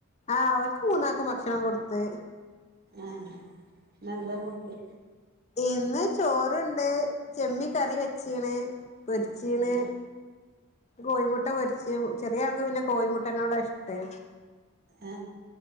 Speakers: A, on the left; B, on the right.
A: ആ അവർക്ക് മൂന്നാക്കുംഭക്ഷണം കൊടുത്തു.
B: ആഹ് ഇന്നെന്താ ഫുഡ്
A: ഇന്ന് ചോറുണ്ട് ചെമ്മീൻകറി വെച്ചീണ് പൊരിച്ചീണ്
B: ആഹ്
A: കോഴിമുട്ട പൊരിച്ച് ചെറിയ ആൾക്ക് പിന്നെ കോഴിമുട്ടനോടാ ഇഷ്ടേ.
B: ആ